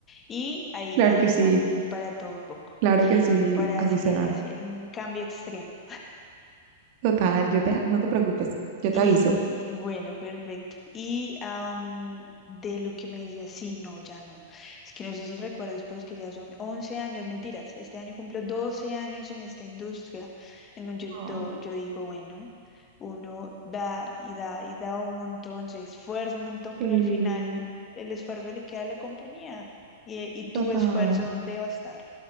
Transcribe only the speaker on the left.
Y ahí,
agéndame
para todo un poco,
para
así,
así, un cambio extremo.
Y
bueno, perfecto. Y am, de lo que me decías, sí, no, ya no. Es que no sé si recuerdas, pero es que ya son 11 años, mentiras. Este año cumplo 12 años en esta industria, en donde
yo, yo digo, bueno, uno da y da y da un montón, se esfuerza un montón,
pero al final el esfuerzo le queda a la compañía. Y, y tu
esfuerzo, ¿dónde va a estar?